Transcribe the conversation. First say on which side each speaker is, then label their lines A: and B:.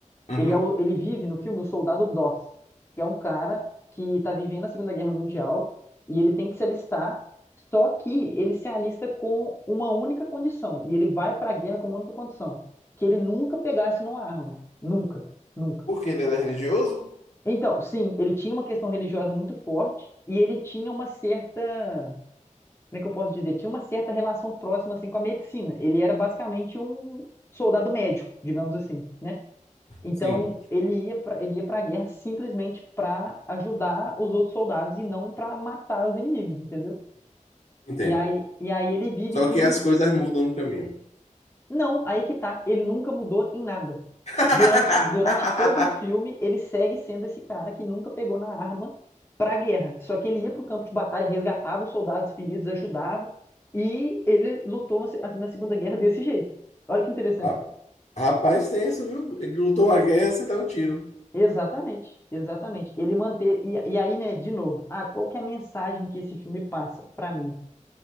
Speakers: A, on the left; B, on the left.
A: Uhum.
B: Ele, é o- ele vive no filme o soldado Doss, que é um cara que tá vivendo a Segunda Guerra Mundial e ele tem que se alistar. Só que ele se alista com uma única condição. E ele vai pra guerra com uma única condição: que ele nunca pegasse numa arma. Nunca. Nunca.
A: Porque ele era religioso?
B: Então, sim, ele tinha uma questão religiosa muito forte e ele tinha uma certa, como é que eu posso dizer? Ele tinha uma certa relação próxima assim com a medicina. Ele era basicamente um soldado médico, digamos assim, né? Então,
A: Sim,
B: ele ia para ele ia para a guerra simplesmente para ajudar os outros soldados e não para matar os inimigos, entendeu?
A: entendo.
B: E aí, e aí ele vive
A: Só
B: tudo
A: que as coisas mudam no caminho.
B: Não, aí que tá. Ele nunca mudou em nada.
A: <laughs>
B: Durante, durante todo o filme, ele segue sendo esse cara que nunca pegou na arma pra guerra. Só que ele ia pro campo de batalha, resgatava os soldados feridos, ajudava. E ele lutou na, se- na Segunda Guerra desse jeito. Olha que interessante,
A: Ah,
B: cara.
A: Rapaz, tenso, viu? Ele lutou a guerra sem dar um tiro.
B: Exatamente, exatamente. Ele manter. E, e aí, né, de novo, ah, qual que é a mensagem que esse filme passa pra mim?